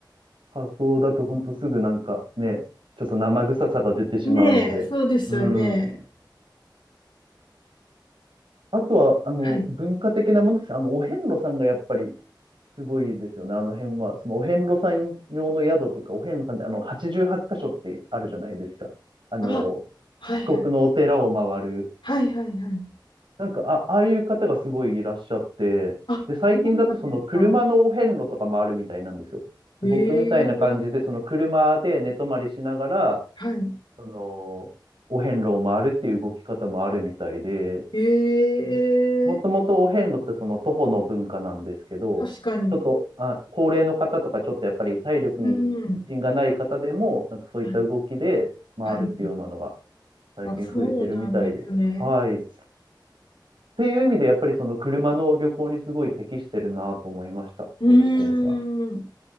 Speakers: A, on the right; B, on the left.
A: カツオだとほんとすぐなんかね、ちょっと生臭さが出てしまうので。
B: ねえ、そうですよね。
A: うん。あとは、あの、
B: はい。
A: 文化的なものです。あの、お遍路さんがやっぱりすごいですよね、あの辺は。そのお遍路さん用の宿とか、お遍路さんってあの88箇所ってあるじゃないですか。あの、
B: あ、はいはい。
A: 四国のお寺を回る。
B: はいはいはい。
A: なんか、あ、ああいう方がすごいいらっしゃって、
B: あ、
A: で、最近だとその車のお遍路とか回るみたいなんですよ。
B: そうなんですか。
A: で、
B: ええ
A: 僕みたいな感じで、その車で寝泊まりしながら、
B: はい。
A: その、お遍路を回るっていう動き方もあるみたいで、
B: ええ
A: もともとお遍路ってその徒歩の文化なんですけど、
B: 確かに。
A: ちょっと、あ、高齢の方とかちょっとやっぱり体力に自信がない方でも、
B: うん。
A: なんかそういった動きで回るっていうようなのが
B: はい。はい
A: 最近増えてるみたいです。
B: あ、そうなんですね。
A: はい。っていう意味でやっぱりその車の旅行にすごい適してるなと思いました、
B: うーん。
A: 高知県は。